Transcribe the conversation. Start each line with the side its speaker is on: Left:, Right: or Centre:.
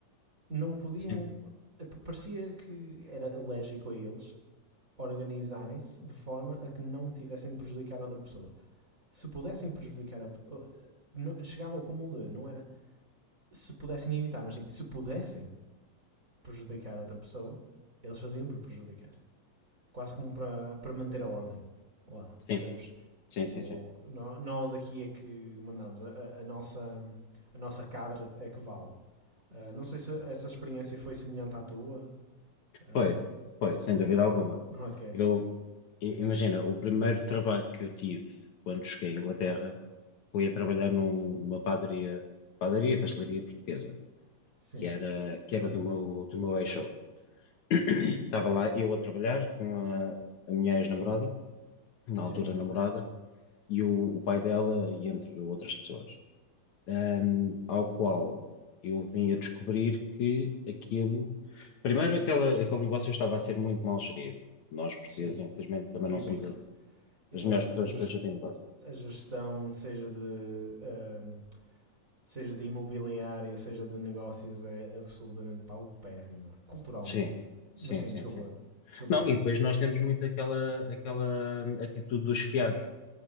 Right: não podiam.
Left: sim,
Right: Parecia que era alérgico a eles organizarem-se de forma a que não tivessem de prejudicar outra pessoa. Se pudessem prejudicar a. não- chegava ao cúmulo de. Não era se pudessem evitar, mas sim se pudessem prejudicar outra pessoa, eles faziam para prejudicar. Quase como para, para manter a ordem lá,
Left: sim,
Right: percebes?
Left: sim,
Right: Tipo,
Left: sim, sim.
Right: no- nós aqui é que mandamos, a- a, nossa, a nossa cadre é que vale. Ah, não sei se essa experiência foi semelhante à tua. Ahm,
Left: Foi, foi, sem dúvida
Right: Foi?
Left: alguma.
Right: Ok.
Left: Eu, i- imagina, o primeiro trabalho que eu tive quando cheguei à Inglaterra. fui a trabalhar num- numa padaria, padaria, pastelaria portuguesa,
Right: Sim,
Left: que era, que era do meu, do meu ex show <coughs> <clears throat> Estava lá eu a trabalhar com a, a minha ex-namorada, na
Right: sim,
Left: altura namorada, e o, o pai dela, e entre outras pessoas. Ahm, ao qual eu vim a descobrir que aquilo. Primeiro, aquela, aquele negócio estava a ser muito mal gerido. Nós, portugueses,
Right: sim.
Left: infelizmente, também
Right: Típico.
Left: não somos a-
Right: Exato.
Left: as melhores pessoas
Right: A, ges-
Left: para gerir negócios.
Right: a gestão, seja de, ahm, seja de imobiliário, seja de negócios, é absolutamente paupérrima. Culturalmente.
Left: Sim, sim,
Right: Mas sim,
Left: sim,
Right: desculpa,
Left: sim.
Right: desculpa
Left: Não,
Right: interromper.
Left: e depois nós temos muito aquela, aquela atitude dos fiados.